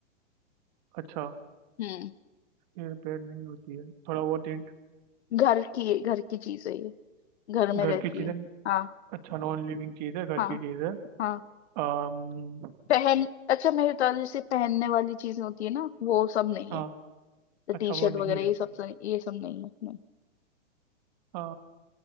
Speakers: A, on the right; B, on the left.
A: अच्छा
B: हम्म
A: सिर पैर नहीं होती है थोड़ा बहुत हिंट
B: घर की घर की चीज है ये घर में
A: घर
B: रहती
A: की चीजें
B: है हाँ
A: अच्छा नॉन लिविंग चीज है घर
B: हाँ
A: की चीज है
B: हाँ
A: अम्म,
B: पहन अच्छा मेरे दादा जैसे पहनने वाली चीजें होती है ना वो सब नहीं
A: हाँ
B: है तो
A: अच्छा
B: टी शर्ट
A: वो नहीं
B: वगैरह ये सब सब- ये सब नहीं है नहीं
A: है